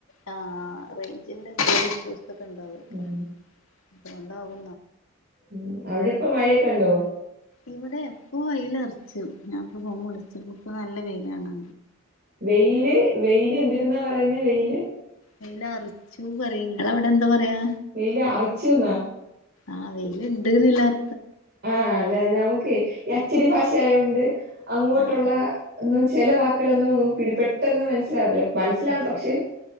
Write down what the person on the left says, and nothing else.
ആ റേയ്ഞ്ചിന്റെ എന്തോരിഷ്യൂസൊക്കെ ഉണ്ടാവു
ഇവിടെ എപ്പൊ വെയ്ലർച്ചു ഞാനിപ്പ ഫോൺ വിളിച്ചപ്പ ഇപ്പൊ നല്ല വെയ്ലാണ്
വെയ്ലറച്ചു പറയും നിങ്ങളവടെ എന്താ പറയാ
ആഹ വെയ്ല്ണ്ട്നില്ലർ
ആഹ്
ആഹ് ആഹ്